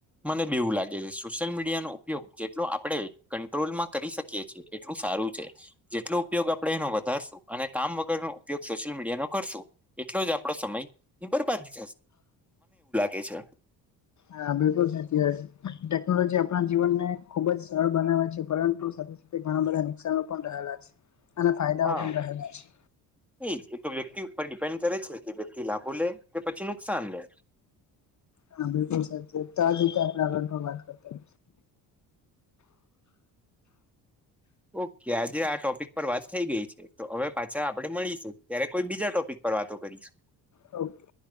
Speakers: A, in the centre; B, on the left (about 40°).
A: મને બી એવું લાગે છે સોશિયલ મીડિયા નો ઉપયોગ જેટલો આપણેે કંટ્રોલ માં કરી શકીએ છીએ એટલું સારું છે જેટલો ઉપયોગ આપણે એનો વધારશું અને કામ વગરનો ઉપયોગ સોશિયલ મીડિયા નો કરશું એટલો જ આપડો સમય ની બરબાદી થશે.
B: હા બિલકુલ સાચી વાત છે ટેકનોલોજી આપણા જીવનને એની સાથે ઘણા બધા નુકસાાનો પણ અને ફાયદાઓ
A: હા
B: પણ રહેલા છે
A: એજ એ તો વ્યક્તિ ઉપર ડિપેન્ડ કરે છે કે બેથી લાભુ લે કે પછી નુકસાન લે.
B: હા બિલકુલ સાચ તો આ જતેગ વાત કરતા.
A: ઓકે આજે આ ટોપિક પર વાત થઈ ગઈ છે તો હવે પાછા આપડે મળીશું ત્યારે કોઈ બીજા ટોપિક પર વાતો કરીશું.
B: ઓકે.